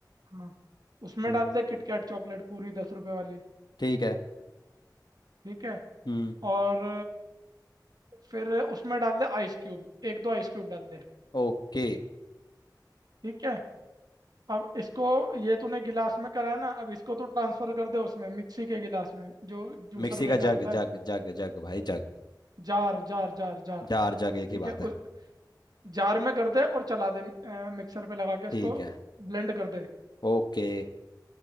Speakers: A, on the right; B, on the left.
A: हाँ उसमें
B: हम्म
A: डाल दे किटकैट चॉकलेट पूरी दस रुपए वाली
B: ठीक है
A: ठीक है
B: हम्म
A: और फिर उसमें डाल दे आइस क्यूब एक दो आइस क्यूब डाल दे
B: ओके
A: ठीक है अब इसको ये तूने गिलास में करा है ना अब इसको तू ट्रांसफर कर दे उसमें मिक्सी के गिलास में जो जूसर
B: मिक्सी का
A: मेकर
B: जग
A: होता है
B: जग जग जग भाई जग
A: जार जार जार जार
B: चार जगह की
A: ठीक
B: बात
A: है उस
B: है
A: जार में कर दे और चला दे अ, मिक्सर पे लगा के इसको
B: ठीक है
A: ब्लेंड कर दे
B: ओके